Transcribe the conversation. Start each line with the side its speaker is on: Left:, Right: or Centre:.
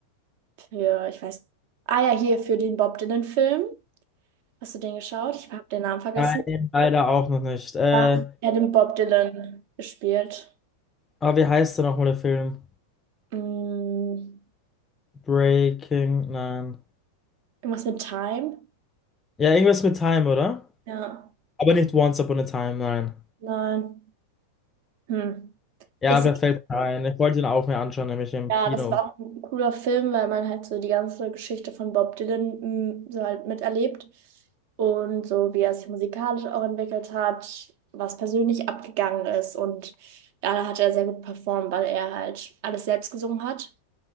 Right: Für, ich weiß. Ah ja, hier für den Bob Dylan-Film. Hast du den geschaut? Ich habe den Namen vergessen.
Left: Nein, leider auch noch nicht. Äh,
Right: Ja. Er hat den Bob Dylan gespielt.
Left: aber wie heißt der nochmal der Film?
Right: Hm,
Left: Breaking, nein.
Right: irgendwas mit Time?
Left: Ja, irgendwas mit Time, oder?
Right: Ja.
Left: Aber nicht Once Upon a Time, nein.
Right: Nein. Hm.
Left: Ja,
Right: Ist,
Left: vielleicht fällt mir ein. Ich wollte ihn auch mir anschauen, nämlich im
Right: ja,
Left: Kino.
Right: das war auch ein cooler Film, weil man halt so die ganze Geschichte von Bob Dylan hm, so halt miterlebt. Und so, wie er sich musikalisch auch entwickelt hat, was persönlich abgegangen ist. Und ja, da hat er sehr gut performt, weil er halt alles selbst gesungen hat.